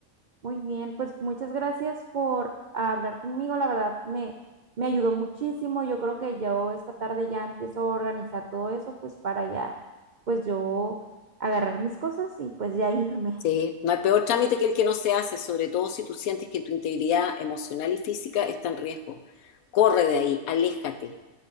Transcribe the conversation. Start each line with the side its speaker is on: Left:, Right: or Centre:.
Right: muy bien, pues muchas gracias por hablar conmigo, la verdad me, me ayudó muchísimo, yo creo que yo esta tarde ya empiezo a organizar todo eso, pues para ya, pues yo agarrar mis cosas y pues ya irme.
Left: Sí, no hay peor trámite que el que no se hace, sobre todo si tú sientes que tu integridad emocional y física está en riesgo. Corre de ahí, aléjate,